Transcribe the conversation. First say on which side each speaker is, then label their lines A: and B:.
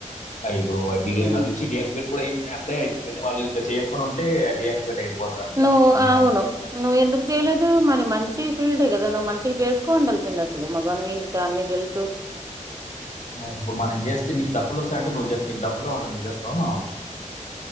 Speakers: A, on the left; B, on the right.
A: అయి ఇప్పుడు వడ్డిగే నాకు
B: ఉమ్
A: తెలిసి డీయా కివేట్ కూడా అయిందే అప్పుడే అయిపోయినై వాళ్ళు ఇంకా చేయకునుంటే డియాక్టివేట్ అయిపోతాను
B: నువ్వు
A: కానీ ఇంక నేను
B: అవును
A: అట్లే <inaudible>
B: నువ్వు ఎందుకు చెయ్యలేదు మరి మంచి ఫీల్డే కదా నువ్వు మంచిగా చేసుకోవుండాల్సింది అసలు మగానివి కా అన్నీ తెలుసు
A: ఇప్పుడు మనం చేస్తే నీ డబ్బులు వస్తాయంటే నువ్వు చేస్ నీకు డబ్బులు రావంటే నువ్వు చేస్తావామా